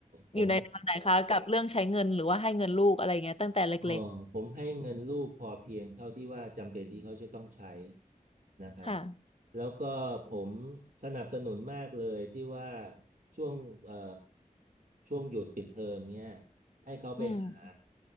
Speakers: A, on the right; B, on the left.
A: ผม
B: อยู่ในแนวไหนคะกับเรื่องใช้เงินหรือว่าให้เงินลูกอะไรเงี้ยตั้งแต่เล็ก
A: เออผมให้เงินลูกพอเพียงเท่าที่ว่าจำเป็นที่เขาจะต้องใช้นะครับ
B: ๆค่ะ
A: แล้วก็ผมสนับสนุนมากเลยที่ว่าช่วงเอ่อช่วงหยุดปิดเทอมเนี่ยให้เขาไปหา
B: อืม